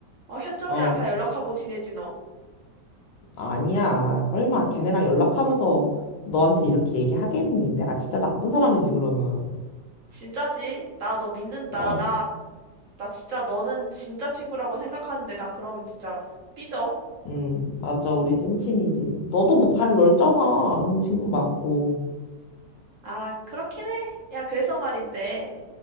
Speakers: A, on the right; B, on the left.
A: 어, 현정이랑
B: 어,
A: 다 연락하고 지내지 너.
B: 아니야. 설마 걔네랑 연락하면서 너한테 이렇게 얘기하겠니? 내가 진짜 나쁜 사람이지, 그러면.
A: 진짜지? 나 너 믿는다.
B: 그럼,
A: 나 나 진짜 너는 진짜 친구라고 생각하는데 나 그러면 진짜 삐져.
B: 음, 맞아. 우리 찐친이지. 너도 뭐 발 넓잖아. 아는 친구 많고.
A: 아, 그렇긴 해. 야, 그래서 말인데.